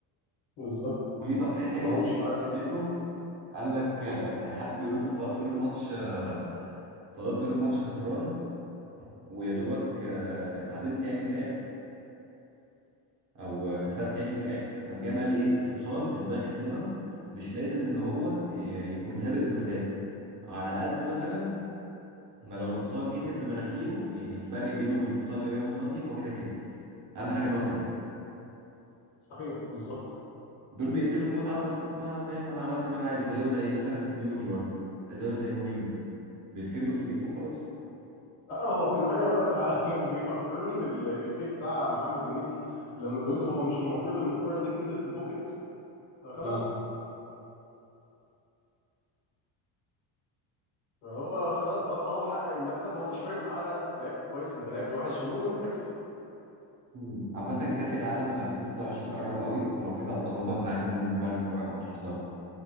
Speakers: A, on the left; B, on the right.
A: بالظبط
B: وليه تصريح تاني
A: هو
B: مضحك
A: مش فاهم
B: اكتر منه قال لك آه، كان حد بيقول له انت فضلت طول الماتش آه، فضلت طول الماتش خسران ويا دوبك آه، اتعادلت يعني في الاخر او آه، كسبت يعني في الاخر قام جاي قال ايه الحصان في سباق الحصينة مش لازم ان هو ي- يكون سابق بمسافة على قد مثلا ما لو الحصان كسب بمناخيره يعني الفرق بينه وبين الحصان اللي جنبه سنتي فهو كده كسب اهم حاجه ان هو كسب
A: صحيح بالظبط
B: دول بيقتلوا المتعه بس اسمها فاهم انا عملت اللي انا عايزه زيه زي مثلا سيميوني برضو زيه زي مورينيو بيركنوا الاتوبيس وخلاص
A: اه هو في النهاية <laughs> بيفكروني بالإفيه بتاع محمد هنيدي لما بيقول له هو مش المفروض إن الكرة دي تنزل في البوكت فخلاص
B: <laughs> آه.
A: فهو خلاص طالما هو حقق المكسب هو مش فارق معاه بقى أنت لعبت كويس أنت لعبت وحش المهم إن أنت كسبت
B: مم. عامة كأس العالم 2026 قرب قوي لو كده ابقى اظبط معاك وننزل بقى نتفرج على الماتش سوا